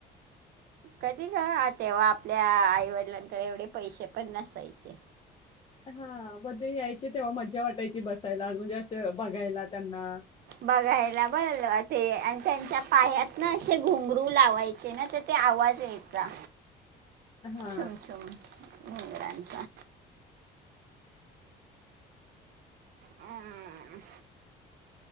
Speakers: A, on the right (about 65°); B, on the left (about 30°).
A: कधी ग तेव्हा आपल्या आईवडिलांकडे एवढे पैसे पण नसायचे.
B: हा मध्ये यायचे तेव्हा मज्जा वाटायची बसायला म्हणजे असं बघायला त्यांना.
A: बघायला बर ते आणि त्यांच्या पायात ना असे घुंगरू लावाय ''--'' ना तर ते आवाज यायचा
B: हा
A: छुम-छुम घुंगरांचा. हम्म.